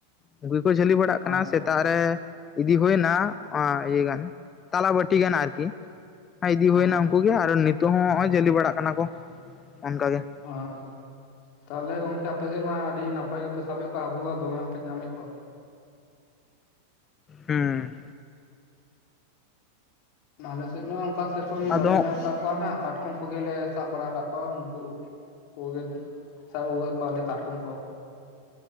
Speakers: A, on the left (about 25°); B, on the left (about 45°).
A: ᱩᱱᱠᱩ ᱜᱮᱠᱚ ᱡᱷᱟᱹᱞᱤ ᱵᱟᱲᱟᱜ ᱠᱟᱱᱟ
B: ᱟᱪᱪᱷᱟ
A: ᱥᱮᱫ ᱛᱟᱜ ᱨᱮ ᱤᱫᱤ ᱦᱳᱭᱱᱟ ᱟ ᱤᱭᱟᱹᱜᱟᱱ ᱛᱟᱞᱟ ᱵᱟᱹᱴᱤ ᱜᱟᱱ ᱟᱨᱠᱤ ᱤᱫᱤ
B: ᱦᱮᱸ
A: ᱦᱩᱭᱱᱟ ᱩᱱᱠᱩ ᱜᱮ ᱟᱨ ᱱᱤᱛᱚᱜ ᱦᱚᱸ ᱱᱚᱜᱼᱚᱭ ᱡᱟᱹᱞᱤ ᱵᱟᱲᱟᱜ ᱠᱟᱱᱟ ᱠᱚ ᱚᱱᱠᱟ ᱜᱮ ᱾
B: ᱟᱸᱻ ᱫᱚ ᱛᱟᱦᱚᱞᱮ ᱜᱚᱝᱠᱮ ᱟᱯᱮᱥᱮᱫ ᱢᱟ ᱟᱹᱰᱤ ᱱᱟᱯᱟᱭ ᱜᱮᱯᱮ ᱥᱟᱵᱮᱫ ᱠᱚᱣᱟ ᱦᱟᱹᱠᱩ ᱠᱚ ᱫᱚᱢᱮ ᱜᱮᱯᱮ ᱧᱟᱢᱮᱫ ᱠᱚᱣᱟ ᱾
A: ᱦᱮᱸ
B: ᱱᱟᱞᱮ ᱥᱮᱫ ᱢᱟ ᱚᱱᱠᱟ ᱥᱮᱨᱚᱠᱚᱢ ᱵᱟᱞᱮ
A: ᱟᱫᱚ
B: ᱧᱟᱢ ᱟᱠᱟᱜ ᱠᱚᱣᱟ ᱱᱟᱜ ᱠᱟᱴ ᱩᱝᱠᱩ ᱜᱮᱞᱮ ᱥᱟᱵ ᱵᱟᱲᱟ ᱟᱠᱟᱫ ᱠᱚᱣᱟ ᱩᱱᱠᱩ <inaudible> ᱠᱚᱜᱮ <inaudible> ᱥᱟᱵ ᱩᱜᱩᱣᱟᱜ ᱠᱚᱣᱟᱞᱮ ᱠᱟᱴᱠᱚᱢ ᱠᱚ ᱾